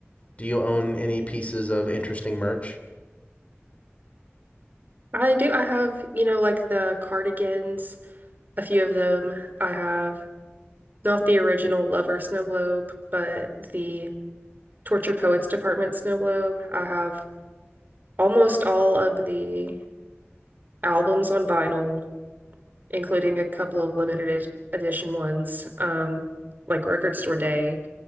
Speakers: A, on the left; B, on the right.
A: Do you own any pieces of interesting merch?
B: I do, I have, you know, like the Cardigans, a few of them. I have not the original Lover Snow Globe, but the Tortured Poets Department Snow Globe. I have almost all of the albums on vinyl, including a couple of limited ed- edition ones, um, like Record Store Day,